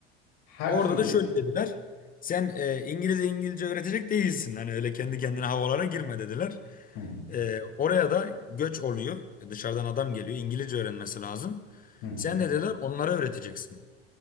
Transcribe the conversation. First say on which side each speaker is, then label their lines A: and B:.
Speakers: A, on the left; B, on the left.
A: her
B: Orada
A: türlü
B: da
A: olur.
B: şöyle dediler. Sen e, İngilizce İngilizce öğretecek değilsin. Hani öyle kendi kendine havalara girme dediler.
A: Hı hı,
B: E, oraya da göç oluyor. E, Dışarıdan adam geliyor. İngilizce öğrenmesi lazım.
A: hı hı.
B: Sen de dediler onlara öğreteceksin.